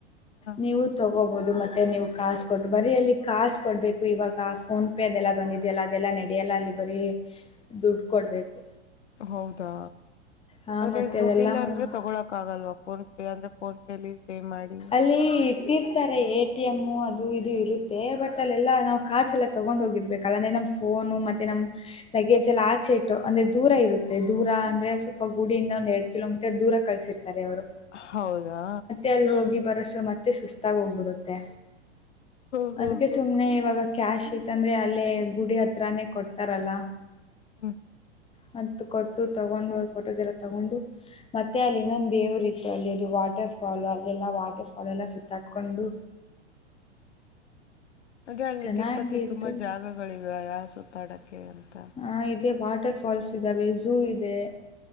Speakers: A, on the left (about 80°); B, on the left (about 15°).
A: ಹ.
B: ನೀವು ತಗೋಬಹುದು ಮತ್ತೆ ನೀವು ಕಸ್ ಕೊ ಬರೀ ಅಲ್ಲಿ ಕಸ್ ಕೊಡ್ಬೇಕು ಇವಾಗ ಫೋನ್ ಪೇ ಅದೆಲ್ಲ ಬಂದಿದ್ಯಲ್ಲ ಅದೆಲ್ಲ ನಡೆಯಲ್ಲ ಅಲ್ಲಿ ಬರೀ ದುಡ್ಡು ಕೊಡ್ಬೇಕು
A: ಹೌದಾ
B: ಹಾಂ
A: ಆದ್ರೆ
B: ಮತ್ತು
A: ದುಡ್ಡಿಲ್ಲ
B: ಅದೆಲ್ಲ
A: ಅಂದ್ರೆ ತಗೊಳಕ್ ಆಗಲ್ವಾ ಫೋನ್ ಪೇ ಅಂದ್ರೆ ಫೋಂಟಲ್ಲಿ ಪೇ ಮಾಡಿ
B: ಪ್ಲೇಟ್ ಇರ್ತಾರೆ ಎ ಟಿ ಎಮ ಅದು ಇದು ಇರುತ್ತೆ ಬಟ್ ಅಲ್ಲೆಲ್ಲಾ ನಾವು ಕಾರ್ಡ್ಸ್ ಎಲ್ಲ ತಗೊಂಡ ಹೋಗಿರ್ಬೇಕು ಲ್ಲ ಅಂದ್ರೆ ನಮ್ ಫೋನು ಮತ್ತೆ ನಮ್ ಲಗೇಜ್ ಎಲ್ಲ ಆಚೆ ಇಟ್ಟು ಅಂದ್ರೆ ದೂರ ಇರುತ್ತೆ ದೂರ ಅಂದ್ರೆ ಸ ಒ ಗುಡಿಂದ ಒಂದ ಎಡ್ ಕಿಲೋಮೀಟರ್ ದೂರ ಕಳಸಿರ್ತಾರೆ ಅವರು
A: ಹೌದಾ
B: ಎಲ್ಲಿ ಹೋಗಿ ಬರಸ ಮತ್ತೆ ಸುಸ್ತಾಗಿ ಹೋಗ್ಬಿಡುತ್ತೆ
A: ಹ್ಮ್ ಹ್ಮ್
B: ಅದ್ಕ್ಕೆ
A: ಹ್ಮ್
B: ಸುಮ್ಮ್ ಇವಾಗ ಕ್ಯಾಶ್ ತಂದ್ರೆ ಅಲ್ಲೇ ಗುಡಿ ಹತ್ರಾನೇ ಕೊಡ್ತಾರಲ್ಲ
A: ಹ್ಮ್ ಹ್ಮ ಹ್ಮ
B: ಮ ಕೊಟ್ಟು ತಗೊಂಡು ಫೋಟೋಸ್ ಎಲ್ಲ ತಗೊಂಡು ಮತ್ತೆ ಅಲ್ಲಿ ಇನ್ನೊಂದು ದೇವರು ಇತ್ತು ಅಲ್ಲಿ ಅದು ವಾಟರ್ ಫಾಲ್ ಅಲ್ಲೆಲ್ಲಾ ವಾಟರ್ ಫಾಲ್ ಎಲ್ಲಾ ಸುತ್ತಾಟ್ಕೊಂಡು
A: ಅದೇ ಅಲ್ಲಿ
B: ಚೆನ್ನಾಗಿತ್ತು
A: ತಿರುಪತಿಲಿ ತುಂಬಾ ಜಾಗಗಳಿವ ಯಾವ ಸುತ್ತಾಡಕ್ಕೆ ಅಂತ
B: ಆ ಇೇ ವಾಟರ್ ಫಾಲ್ಸ್ ಇದ್ದಾವೆ ಝೂ ಇದೆ